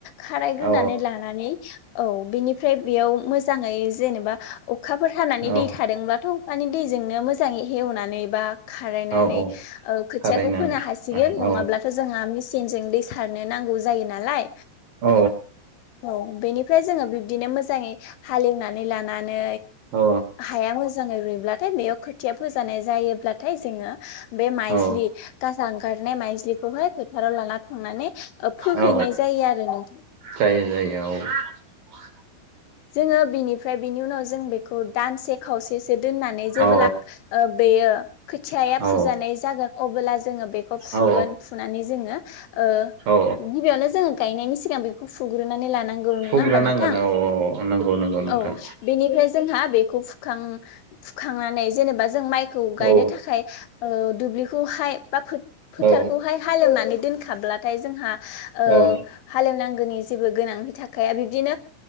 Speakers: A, on the left; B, on the right.
A: खारायग्रोनानै
B: औ
A: लानानै औ बेनिफ्राय बेयाव मोजाङै जेनेबा अखाफोर खानानै
B: औ औ
A: दै थादोंब्लाथ' माने दैजोंनो मोजाङै हेवनानै एवनानै बा खारायनानै
B: औ औ
A: ओ खोथिया
B: खारायनानै
A: खौ फोनो हासिगोन नंङा
B: औ
A: ब्लाथ' जोंहा मिस सिनजों दै सारनो नांगौ जायो नालाय
B: औ
A: औ बेनिफ्राय जोङो बिब्दिनो मोजाङै हालेवनानै लानानै
B: औ
A: हाया मोजाङै रुइब्लाथाय बेयाव खोथिया फोजानाय जायोब्लाथाय जोङो बे माइज्लि
B: औ
A: गाजा ओंखारनाय माइजलिखौहाय फोथाराव लाना थांनानै ओ फोहैनाय
B: औ
A: जायो जायो आरो नोंथां ।
B: जायो जायो औ ।
A: जोङो बिनिफ्राय बिनि उनाव जों बेखौ दानसे खावसेसो दोननानै जेबोला
B: औ
A: ओ यो खोथिया या
B: औ
A: फुजानाय जागोन । अब्ला जोङो बेखौ फुगोन
B: औ
A: फुनानै जोङो ओ
B: औ
A: गिबियावनो जोङो गायनायनि सिगां बेखौ फुग्रोनानै लांनांगौ
B: फुग्रोनांगोन
A: नङा होनबा नोंथां?
B: औ औ नंगौ नंगौ नोंथां
A: औ बेनिफ्राय जोंहा बेखौ फुखां फुखांनानै जेनेबा जों माइ खौ गायनो
B: औ
A: थाखाय ओ दुब्लिखौहाय बा फोथारखौहाय
B: औ
A: हालेवनानै दोनखाब्ला नाथाय जोंहा ओ
B: औ औ
A: हालेव नांगौनि जेबो गोनांनि थाखाया बिदिनो